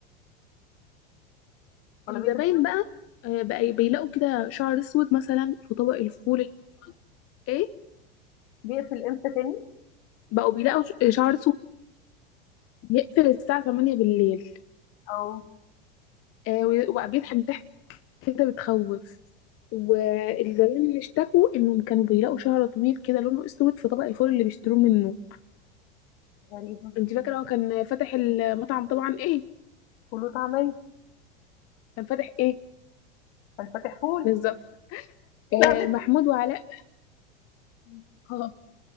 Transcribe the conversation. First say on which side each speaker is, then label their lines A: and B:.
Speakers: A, on the left; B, on the left.
A: والّا
B: الزباين
A: بيقفل تم
B: بقى آه، بقى بيلاقوا كده شعر اسود مثلا في طبق الفول ايه
A: بيقفل إمتى تاني؟
B: بقوا بيلاقوا ش- شعر اسود بيقفل الساعة 8 بالليل
A: آه،
B: آه وي- وبيضحك ضحك كده بتخوف والزبائن اللي اشتكوا انهم كانوا بيلاقوا شعر طويل كده لونه اسود في طبق الفول اللي بيشتروه منه
A: غريبة،
B: انت فاكرة هو كان فاتح المطعم طبعا ايه
A: فول وطعمية،
B: كان فاتح ايه
A: كان فاتح فول،
B: بالظبط آه
A: لأ مش
B: محمود وعلاء
A: إمم،
B: آه